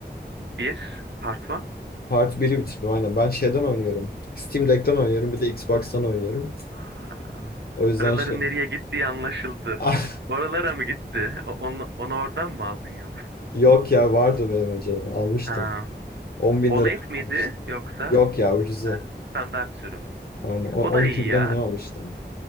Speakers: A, on the right; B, on the left.
A: Bir, part one.
B: Part biri bitirdim aynen. Ben şeyden oynuyorum. Steam Deck'ten oynuyorum. Bir de Xbox'tan oynuyorum.
A: Aa,
B: O
A: bu
B: yüzden
A: Paraların
B: şey... <laughs>
A: nereye gittiği anlaşıldı.
B: Ah,
A: Oralara mı gitti? O- Onu, onu oradan mı aldın yoksa?
B: yok ya vardı benim önceden. Almıştım.
A: Ha.
B: On bin
A: OLED
B: lira
A: miydi
B: almıştım.
A: yoksa
B: Yok ya ucuzu.
A: Heh, standart sürümü?
B: Aynen. O-
A: O
B: on
A: da
B: iki
A: iyi
B: bine
A: ya.
B: mi ne almıştım?